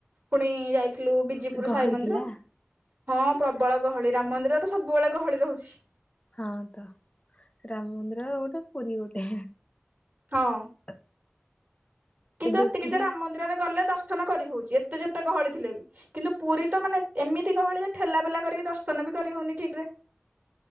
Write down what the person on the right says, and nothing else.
ପୁଣି ଯାଇଥିଲୁ ବି ଜିପୁର
ସାଇ ମନ୍ଦିର।
ହଁ, ପ୍ରବଳ ଗହଳି, ରାମ ମନ୍ଦିର ତ ସବୁବେଳେ ଗହଳି ରହୁଛି।
ହଁ।
କିନ୍ତୁ
ଏତିକି
ଯେ ରାମ ମନ୍ଦିରରେ ଗଲେ ଦର୍ଶନ କରିହଉଛି, ଏତେ ଯେତେ ଗହଳି ଥିଲେ ବି। କିନ୍ତୁ ପୁରୀ ତ ମାନେ ଏ ଏମିତି ଗହଳି ଯେ, ଠେଲା ପେଲା କରିକି ଦର୍ଶନ ବି କରିହଉନି ଠିକରେ।